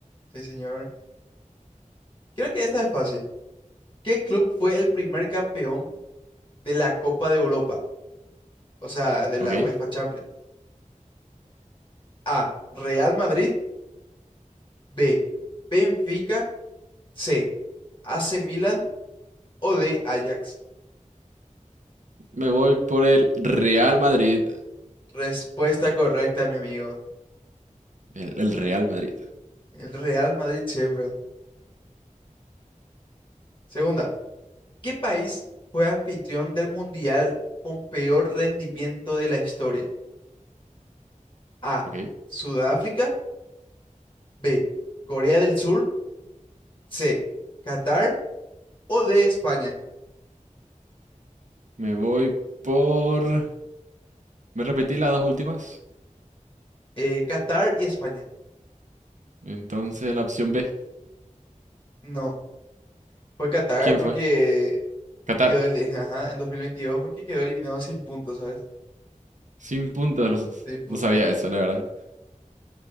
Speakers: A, on the left (about 35°); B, on the right (about 65°).
A: sí, señor. Creo que esta es fácil. ¿Qué club fue el primer campeón de la Copa de Europa? O sea, de la
B: Ok.
A: UEFA Champions. A. Real Madrid. B. Benfica. C. AC Milan o D. Ajax.
B: Me voy por el Real Madrid.
A: Respuesta correcta, mi amigo.
B: El, el Real Madrid.
A: El Real Madrid siempre. Segunda, ¿qué país fue anfitrión del Mundial con peor rendimiento de la historia? A.
B: Ok.
A: Sudáfrica. B. Corea del Sur. C. Qatar. O D. España.
B: Me voy por... Me repetí las dos últimas.
A: Eh, Qatar y España.
B: Entonces la opción B.
A: No, fue Qatar
B: ¿Quién
A: porque
B: fue? Qatar.
A: quedó el, <laughs> ajá, en 2022 porque quedó eliminado sin puntos, ¿sabes?
B: Sin puntos.
A: Sin puntos.
B: No sabía eso, la verdad.